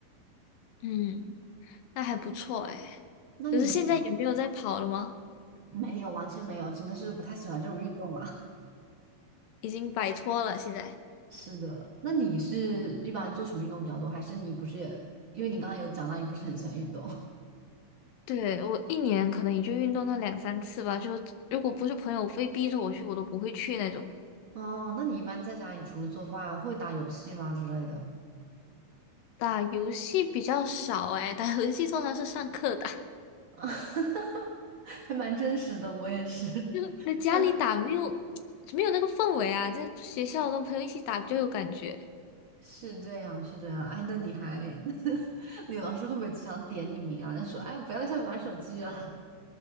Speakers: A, on the left; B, on the right.
A: 嗯，那还不错诶。
B: 那你
A: 可是现在也没有在跑了吗？
B: 没有，完全没有，真的是不太喜欢这种运动了。
A: 已经摆脱了现在。
B: <laughs> 是的，那你是一般做什么运动比较多？还是你不是也，因为你刚刚有讲到你不是很喜欢运动
A: 对，我一年可能也就运动到两三次吧，就如果不是朋友非逼着我去，我都不会去那种。
B: <laughs> 哦？那你一般在家里除了做饭，会打游戏吗之类的？
A: 打游戏比较少诶，打游戏通常是上课打，
B: <laughs> 还蛮真实的，我也是。<laughs>
A: 就是在家里打没有
B: 上
A: <tsk> 没有那个氛围啊，在学校跟朋友一起打就有感觉，
B: 是这样，是这样。哎，那你还，<laughs> 你老师会不会经常点你名啊？就说，哎，不要在下面玩手机了。